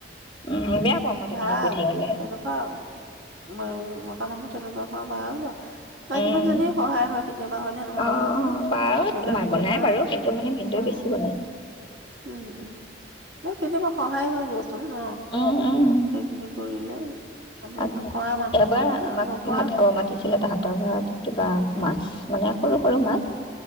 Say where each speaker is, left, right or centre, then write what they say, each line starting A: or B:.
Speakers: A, on the left (about 25°); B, on the right (about 75°).
A: উম বেয়া পাওঁ মই তেনেকে
B: ভাল,
A: কৈ থাকিলে
B: তেনেকুৱা উম, মতা মানুহ তেনেকুৱা অ ভাল মাইকীজনীয়ে
A: উম
B: সহায় হয় কেতিয়াবা হয়নে নহয়
A: অ
B: কোৱাচোন।
A: বাৰু
B: কেতিয়াবা মাইকী
A: মা বনাই
B: মানুহৰ
A: বাৰু কিন্তু মানে ভিনদেউ
B: অ-উম-উম
A: বেছি বনাই
B: ন! কেতিয়াবা সহায় হয় দিয়াচোন। <unintelligible> ন
A: উম উম
B: সেইখিনি কৰিলে মানে
A: অ
B: কৰা মানুহ
A: এবাৰ
B: হলে আৰু
A: আমাক
B: নকৰা
A: ভাত খাব মাতিছিলে তাহাঁতৰ ঘৰত কিবা
B: উম,
A: মাছ মানে সৰু সৰু মাছ।